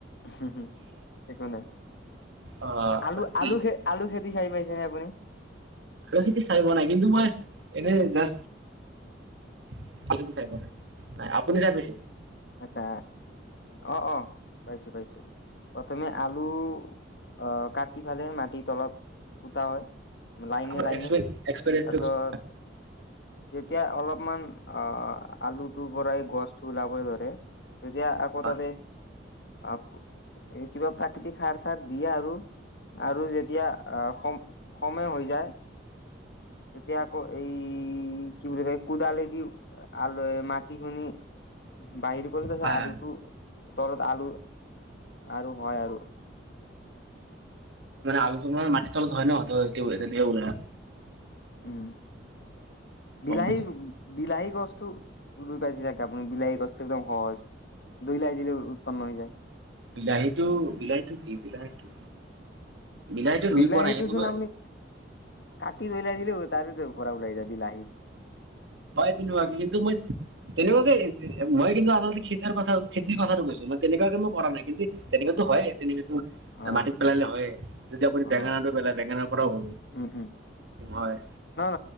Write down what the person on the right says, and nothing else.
অ
আৰু কি
আৰু খেতি চাই ব নাই কিন্তু মই, এনেই জাষ্ট। সেই চাই পোৱা নাই নাই আপুনি চাই পিছে।
আপোনাৰ
এক্সপে- এক্সপেৰিয়েঞ্চটো
কওকচোন
হয়
হয়
হয়
মান আলুটো মানে মাটিৰ চলত হয় ন ত বো আৰু।
গম
পাইছো
বিলাহীটো বিলাহীটো কি বিলাহীটো। বিলাহীটো
ৰুই পোৱা নাই কিন্তু মই
হয় তেনেুৱাকে কিন্তু মই, তেনেকুৱাকে মই কিন্তু আচলতে খতিৰ কথা খেতিৰ কথাটো কৈছো। ম তেনেকুৱা কিন্ত, কৰা নাই কিন্তু তেনেককাতটোো হয় তেনেকেতো।
মাটিত পেলালে হয়, যদি আপুনি
বেঙেনাটো পেলাই বেঙেনাৰ পৰাও হ।
হয়।